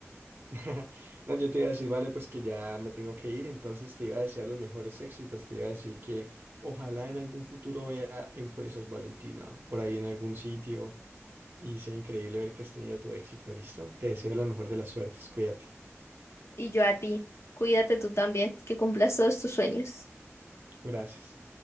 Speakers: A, on the right; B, on the left.
A: <laughs> No, yo te iba a decir, vale, pues que ya me tengo que ir, entonces te iba a desear los mejores éxitos, te iba a decir que ojalá en algún futuro vea Empresas Valentina por ahí en algún sitio y sea increíble ver que has tenido tu éxito, ¿listo? Te deseo la mejor de las suertes, cuídate.
B: Y yo a ti. Cuídate tú también, que cumplas todos tus sueños.
A: Gracias.